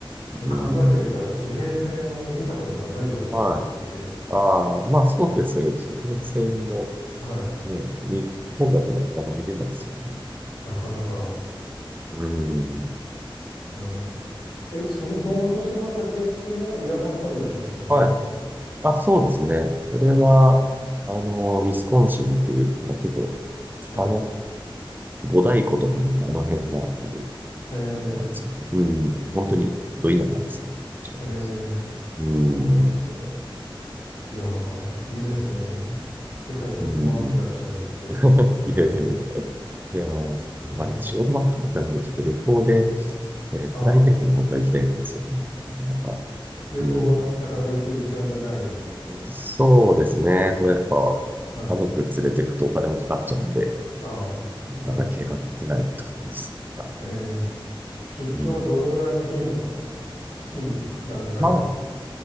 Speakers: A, on the left; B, on the right.
A: ちょっと考えてみたら地平線を見たことがないような気がしていて、
B: うん。はい。ああ、まあそうですよね。
A: はい。
B: 地平線も
A: はい。
B: ね、に日本だとはあんま見れないですよね。
A: なかなか、
B: うん。
A: いやーえ、そのトウモロコシ畑っていうのは田舎の方になるんですよね。
B: はい。あ、そうですね。それは、あの、ウィスコンシンっていう、まあ、結構、北の
A: はい。
B: 五大湖とかのあの辺がある
A: えー、
B: ところなんですけど、うん、本当にど田舎ですね、
A: はい。
B: こちら。
A: えー、
B: うん、
A: あ、そうなんですね。いやー、いいですね。世界を飛び回ってらっしゃるって
B: うん。<laughs> いやいやいや、
A: 感じで。
B: いやー、
A: はい。
B: まあ、でも仕事ばっかりなんで、ちょっと旅行で、えープライベートで本当は行きたいんですよね、
A: ああ
B: なかなか。
A: 旅行はなかなか行く時間がないんですか
B: うん、そうですね。と、やっぱ、
A: はい。
B: 家族連れてくとお金もかかっちゃうんで、
A: ああ、
B: なかなか計画立てないって感じですね。
A: なるほど。
B: はい
A: ええ出張はどのぐらいの頻度なんですか月に何回とか。
B: うん。まあ、い